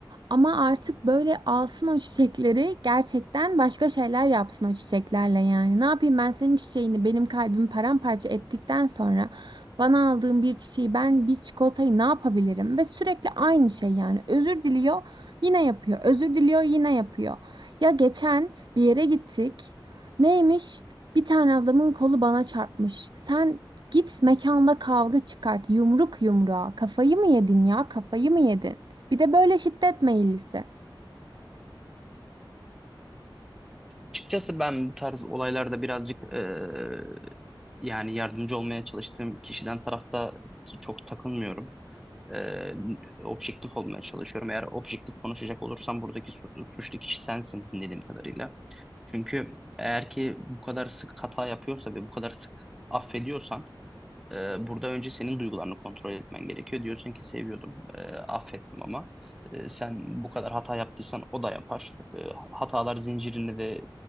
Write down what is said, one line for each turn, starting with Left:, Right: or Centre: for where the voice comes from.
Right: Ama artık böyle alsın o çiçekleri, gerçekten başka şeyler yapsın o çiçeklerle yani. Ne yapayım ben senin çiçeğini, benim kalbimi paramparça ettikten sonra bana aldığın bir çiçeği, ben bir çikolatayı ne yapabilirim? Ve sürekli aynı şey yani. Özür diliyor, yine yapıyor. Özür diliyor, yine yapıyor. Ya geçen bir yere gittik. Neymiş? Bir tane adamın kolu bana çarpmış. Sen Git mekanda kavga çıkart. Yumruk yumruğa. Kafayı mı yedin ya? Kafayı mı yedin? Bir de böyle şiddet meyillisi.
Centre: Açıkçası ben bu tarz olaylarda birazcık eee, yani yardımcı olmaya çalıştığım kişiden tarafta çok takılmıyorum. Eee, objektif olmaya çalışıyorum. Eğer objektif konuşacak olursam buradaki su- suçlu kişi sensin dinlediğim kadarıyla. Çünkü eğer ki bu kadar sık hata yapıyorsa ve bu kadar sık affediyorsan ee, Burada önce senin duygularını kontrol etmen gerekiyor. Diyorsun ki seviyordum, e, affettim ama e, sen bu kadar hata yaptıysan o da yapar. E, hatalar zincirini de